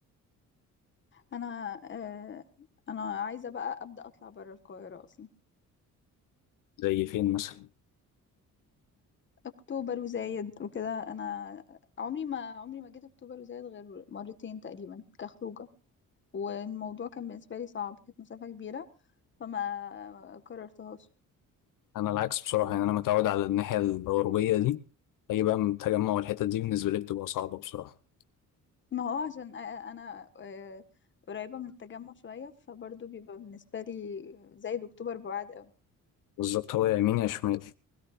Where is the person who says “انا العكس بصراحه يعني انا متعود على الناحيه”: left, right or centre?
Left